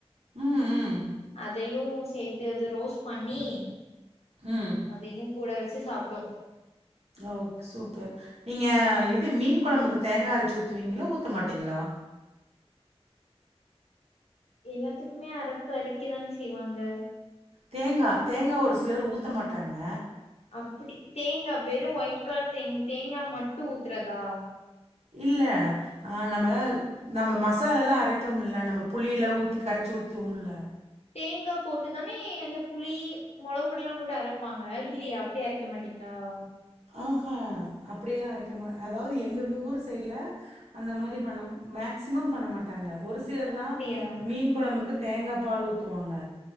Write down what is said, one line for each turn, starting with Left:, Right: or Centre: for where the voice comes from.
Right: ம் ம்
Left: அதையு சேத்து அது ரோஸ்ட் பண்ணி
Right: ம்
Left: அதையு கூட வச்சு சாப்டோ
Right: ஓக் சூப்பர் நீங்க இது மீன் கொழம்புக்கு தேங்கா அரச்சு ஊத்துவீங்களா ஊத்த மாட்டீங்களா
Left: எல்லாத்துக்குமே அறப்பு அரைக்க தானே செய்வாங்க
Right: தேங்கா தேங்கா ஒரு சிலர் ஊத்த மாட்டாங்க
Left: அப்புடி தேங்கா வெறு ஒயிட் கலர் தேங் தேங்கா மட்டு ஊத்துறதா
Right: இல்ல ஆ நம்ம நம்ம மசாலால்லா அரைப்போம்ல்ல நம்ம புளியெல்லா ஊத்தி கர ச்சு ஊத்துவோம்ல
Left: தேங்கா போட்டுதானே அந்த புளி மொளவுபொடி எல்லா போட்டு அரைப்பாங்க இல்லையா அப்டி அரைக்க மாட்டீங்களா ஆ
Right: ஆஹ்ஹா அப்டியெல்லா அரைக்க மா அதாவது எங்க ஊரு சைடுல அந்த மாரி பண்ணம் மேக்சிமம் பண்ண மாட்டாங்க ஒரு சிலர்
Left: அப்டியா
Right: தா மீன் கொழம்புக்கு தேங்கா பால் ஊத்துவாங்க